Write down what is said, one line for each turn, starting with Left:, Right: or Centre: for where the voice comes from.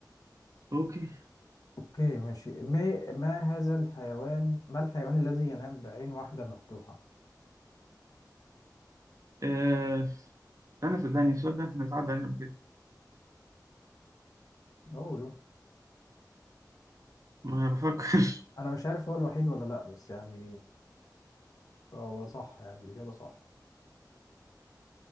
Right: اوكي
Left: اوكي ماشي ما, ما هذا الحيوان ما الحيوان الذي ينام بعين واحده مفتوحه
Right: أه... أنا صدقني السؤال ده احنا اتعدى علينا قبل كده
Left: اقوله
Right: ما بفكر
Left: انا مش عارف هو الوحيد ولا لا بس يعني هو صح يعني الاجابه صح